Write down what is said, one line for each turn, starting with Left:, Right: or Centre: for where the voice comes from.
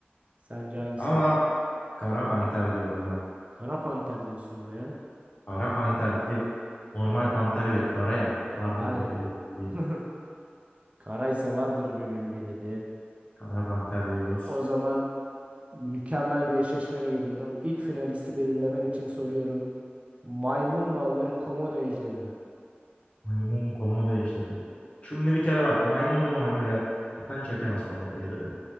Right: Sence hangisi
Left: Ama
Right: alır?
Left: kara panter diyorum ben.
Right: Kara panter diyorsun buraya.
Left: Kara panter bir de normal panter değil kara ya. Vardır
Right: Aynen.
Left: bunun bir özelliği.
Right: <laughs> Karaysa vardır bir bildiği dedi.
Left: Kara panter diyoruz.
Right: O zaman mükemmel bir eşleşmeyle geliyorum. İlk finalisti belirlemen için soruyorum. Maymun mu alır, komodo ejderi mi?
Left: Maymun komodo ejderi. Şimdi bir kere bak maymunu muameleden çekemez komodo ejderini.